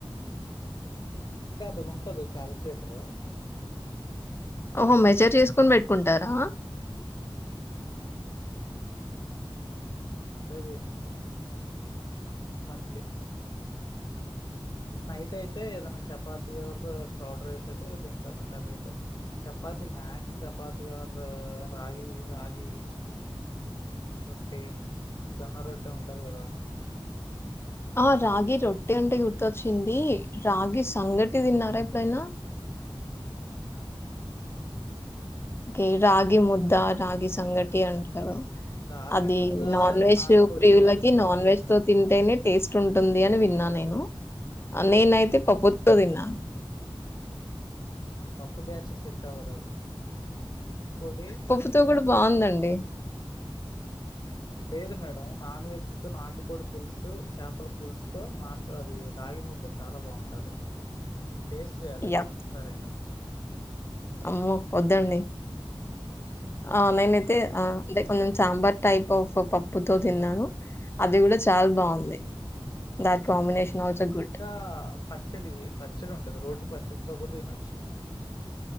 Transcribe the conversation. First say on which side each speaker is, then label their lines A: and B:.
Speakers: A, on the left; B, on the left.
A: మినిమం అంటే అది ఉంటది క్యాల్కులేటరు
B: ఓహో మెజర్ చేసుకొని పెట్టుకుంటారా
A: ఉమ్, అవును అదే చేస్తున్నా ప్రస్తుతానికి ఆ నైట్ అయితే ఏదైనా చపాతి ఆర్ కార్డ్ రైస్ అతే తింటాను కర్రీతో చపాతి మ్యాక్స్ చపాతి ఆర్ రాగి రాగి రొట్టి జొన్న రొట్టి ఉంటాది కదా
B: ఆ రాగి రొట్టి అంటే గుర్తొచ్చింది రాగి సంగటి తిన్నారా ఎప్పుడైనా
A: తిన్నాను
B: అదే రాగి ముద్ద రాగి సంగటి అంటారు
A: రాగి
B: అది
A: ముద్ద
B: నాన్ వెజ్
A: నాటుకోడి
B: ప్రియులకి
A: పులుసు ఫేమస్
B: నాన్ వెజ్ తో తింటేనే టేస్ట్ ఉంటుంది అని విన్నా నేను నేనైతే పప్పుతో తిన్నా
A: హు పప్పు బ్యాచ్ సెట్ అవ్వదు అది నాటుకోడి
B: పప్పుతో కూడా బాగుందండి.
A: లేదు మేడం నాన్ వెజ్ త నాటుకోడి పులుసు చేపల పులుసుతోోనాటు అది రాగి ముద్ద చాలా బాగుంటుంది. మీరు టేస్ట్ చేయాలి
B: యాహ్!
A: ఒకసారి అయినా
B: అమ్మో వద్దండి ఆ నేనైతే అంటే కొంచెం సాంబార్ టైప్ ఆఫ్ పప్పుతో తిన్నాను అది కూడా చాలా బాగుంది దాట్ కాంబినేషన్ ఆల్సో గుడ్.
A: ఇంకా పచ్చడి పచ్చడి ఉంటది రోటి పచ్చడితో కూడా తినట్ చ్చు